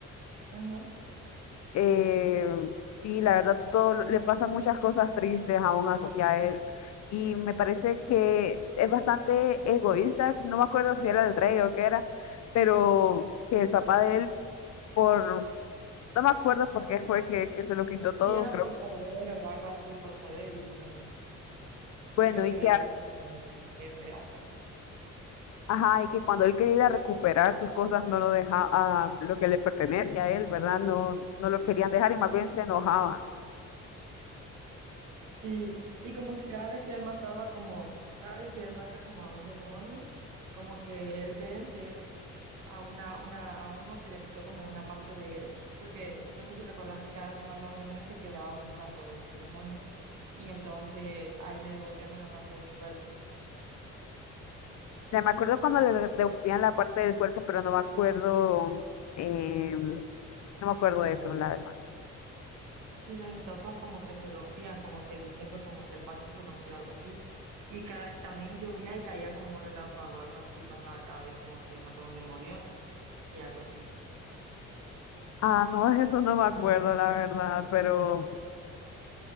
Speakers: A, on the right; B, on the left.
A: Ajá.
B: eh, sí, la verdad, todo le pasan muchas cosas tristes aún así a él. Y me parece que es bastante egoísta, no me acuerdo si era el rey o qué era, pero que el papá de él, por, no me acuerdo por qué fue que, que se lo quitó todo,
A: Si era
B: creo.
A: por poder o algo así, por poder y dinero.
B: Bueno,
A: porque él
B: y
A: quería
B: que
A: ser como el jefe o algo así.
B: Ajá, y que cuando él quería ir a recuperar sus cosas no lo dejaba, ah, lo que le pertenece a él, ¿verdad? No, no lo querían dejar y más bien se enojaban. O
A: Sí, y como que cada vez que él mataba como, cada vez que él mata como a un demonio, como que él vence a una, una, a uno que le quitó como una parte de él, porque no sé si recordás que cada vez que él mataba a un demonio se quebraba una estatua de otro demonio, y entonces a él le devolvían una parte de su cuerpo.
B: sea, me acuerdo cuando
A: <clears throat>
B: le de- devolvían la parte del cuerpo, pero no me acuerdo, eh, no me acuerdo de eso, la verdad.
A: Sí, las estatuas como que se rompían, como que diciendo como que el pacto se rompió, algo así. Y ca- también llovía y caía como un relámpago, algo así pasaba cada vez, como que él mató a un demonio y algo así.
B: Ah, no, de eso no me acuerdo, la verdad, pero